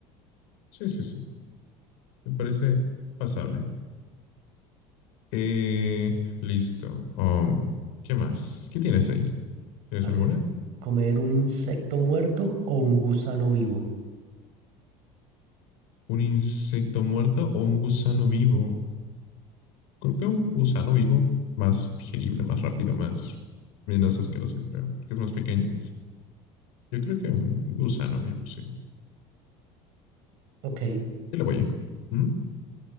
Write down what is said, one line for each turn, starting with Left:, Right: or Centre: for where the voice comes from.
Left: Sí, sí, sí. Me parece pasable. Eh, listo. Um, ¿qué más? ¿Qué tienes ahí? ¿Tienes
Right: A ver,
Left: alguna?
Right: comer un insecto muerto o un gusano vivo.
Left: ¿Un insecto muerto o un gusano vivo? Creo que un gusano vivo más digerible, más rápido, más menos asqueroso, creo, porque es más pequeño. Yo creo que un gusano vivo, sí. Sí,
Right: Ok,
Left: la voy. Ujú.